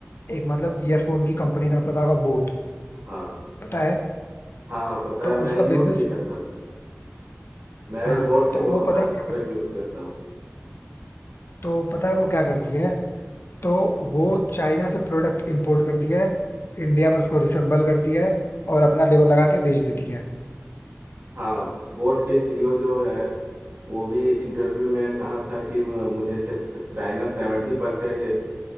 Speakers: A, on the left; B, on the right.
A: एक मतलब ईयरफोन की कंपनी का पता होगा बोट
B: हाँ
A: पता है
B: हाँ हाँ पता
A: तो
B: है मैं
A: उसका
B: यूज़
A: बिजनेस
B: भी करता हूँ मेरे
A: हाँ
B: बोट के
A: तो
B: बहुत
A: वो पता
B: सारे
A: है क्या
B: प्रोडक्ट्स
A: करती
B: यूज़
A: है
B: करता हूँ
A: तो पता है वो क्या करती है तो वो चाइना से प्रोडक्ट इंपोर्ट करती है इंडिया में उसको रिसेंबल करती है और अपना लेबल लगा के बेच देती है
B: हाँ बोट के सीईओ जो है वो भी इंटरव्यू में कहा था कि म- मुझे च- चाइना सेवेंटी परसेंट